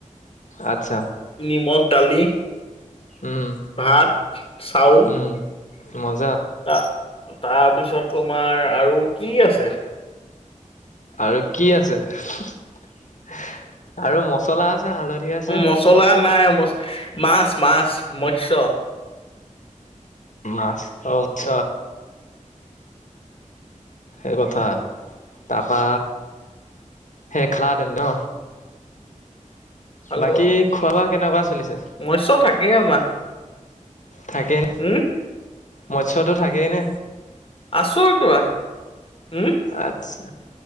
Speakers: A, on the left; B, on the left.
A: আচ্ছা।
B: নিমখ দালি।
A: উম,
B: ভাত, চাউল
A: উম, মজা।
B: তা তাৰপিছত তোমাৰ আৰু কি আছে?
A: আৰু কি আছে আৰু মচলা আছে। আ, হালধি আছে।
B: মচলা নাই ম মাছ মাছ মৎস।
A: মাছ উছ সেই কথা তাৰপা, সেই খেলাতেন ন'
B: খালো
A: বাকী
B: আৰু
A: খোৱা বোৱা কেনেকুৱা চলিছে?
B: মৎস্য থাকেই আমাৰ
A: থাকেই নে
B: উম
A: মৎসয়তো থাকেই নে?
B: আছোঁ কিবা উম,
A: আচ্ছা